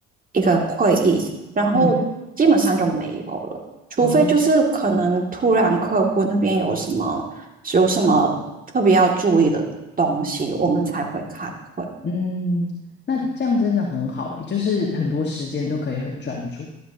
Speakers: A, on the right; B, on the left.
A: 一个会议，然后基本上就没有了，
B: 嗯
A: 除非就是可能突然客户那边有什么有什么特别要注意的东西，
B: 好，
A: 我们才会开会。
B: 嗯，那这样真的很好诶，就是很多时间都可以很专注。